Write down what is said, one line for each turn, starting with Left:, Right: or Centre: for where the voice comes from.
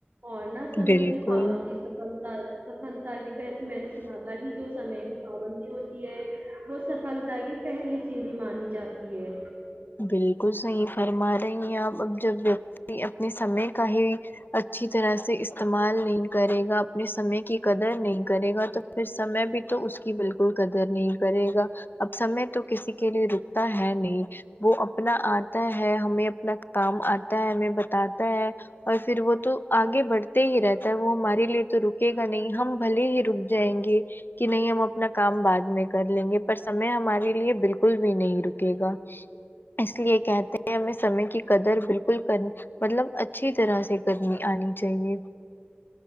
Right: اور نہ سمے
Left: بالکل
Right: کی پابندی سفلتا سفلتا کی ویسے میں نے سنا تھا کی جو سمے کی پابندی ہوتی ہے وہ سفلتا کی پہلی سیڑھی مانی جاتی ہے
Left: بالکل صحیح فرما رہی ہے آپ اب جب ویکتی اپنے سمے کا ہی اچھی طرح سے استعمال نہیں کرے گا اپنے سمے کی قدر نہیں کرے گا تو پھر سمے بھی تو اس کی بالکل قدر نہیں کرے گا اب سمے تو کسی کے لیے رکتا ہے نہیں وہ اپنا آتا ہے ہمیں اپنا کام آتا ہے ہمیں بتاتا ہے اور پھر وہ تو آگے بڑھتے ہی رہتا ہے وہ ہمارے لیے تو رکے گا نہیں ہم بھلے ہی رک جائے گی کی نہیں ہم اپنا کام بعد میں کر لیں گے پر سمے ہمارے لیے بالکل بھی نہیں رکے گا اس لیے کہتے ہیں ہمیں سمے کی قدر بالکل کر مطلب اچھی طرح سے کرنی آنی چاہیے